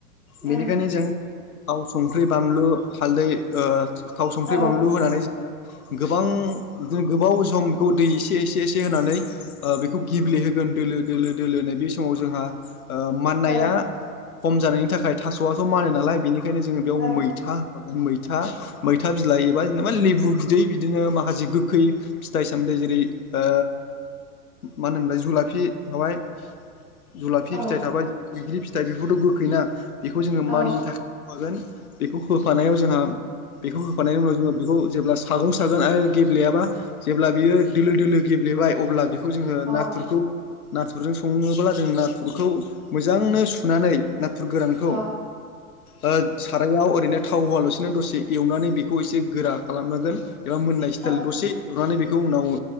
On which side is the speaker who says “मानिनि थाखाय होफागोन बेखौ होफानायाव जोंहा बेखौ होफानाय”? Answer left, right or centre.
Left